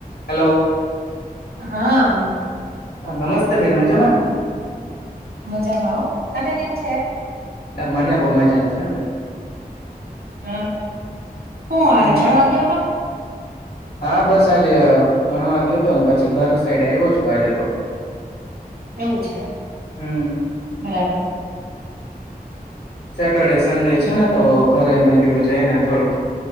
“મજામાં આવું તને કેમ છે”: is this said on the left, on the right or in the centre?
Right